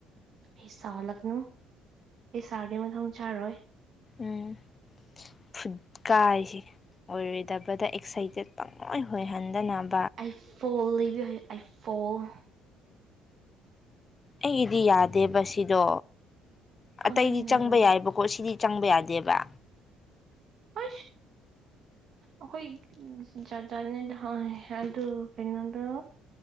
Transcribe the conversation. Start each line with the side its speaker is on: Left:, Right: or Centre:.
Right: ꯑꯩ ꯁꯥꯒꯠꯂꯛꯅꯨ ꯑꯩ ꯁꯥꯔꯗꯤ ꯃꯊꯪ ꯆꯥꯔꯣꯏ
Left: ꯎꯝ ꯐꯨꯠ ꯀꯁꯤꯦ ꯑꯣꯏꯔꯣꯏꯗꯕꯗ ꯑꯦꯛꯁꯥꯏꯇꯦꯠ ꯇꯪꯉꯣꯏ ꯑꯣꯏꯍꯟꯗꯅꯕ
Right: ꯑ ꯐꯣꯂꯣ ꯑꯐꯣꯟ
Left: ꯑꯩꯒꯤꯗꯤ ꯌꯥꯗꯦꯕ ꯁꯤꯗꯣ
Right: ꯀꯃꯥꯏꯅꯔꯣ
Left: ꯑꯇꯩꯗꯤ ꯆꯪꯕ ꯌꯥꯏꯕꯀꯣ ꯁꯤꯗꯤ ꯆꯪꯕ ꯌꯥꯗꯦꯕ
Right: ꯍ ꯑꯩꯈꯣꯏ ꯆꯥꯖꯅꯤꯗ ꯍ ꯑꯗꯨ ꯑꯗꯨ ꯀꯩꯅꯣꯗ